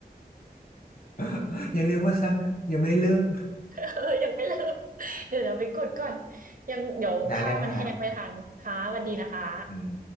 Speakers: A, on the left; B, on the right.
A: <laughs> อย่าเรียกว่าซักฮะยังไม่ไเริ่ม
B: <laughs> เออยังไม่เริ่มเดี๋ยวเดี๋ยวไปกดก่อน ยังเดี๋ยวผ้ามันแห้งไม่ทันค่ะสวัสดีนะคะ
A: <laughs> ได้เลยฮะอืม